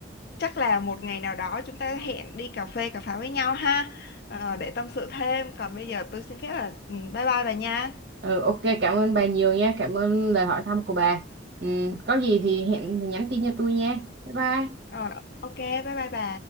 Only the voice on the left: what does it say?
chắc là một ngày nào đó chúng ta hẹn đi cà phê cà pháo với nhau ha ờ, để tâm sự thêm còn bây giờ tôi xin phép là ừ, bye bye bà nha
ờ, ok bye bye bà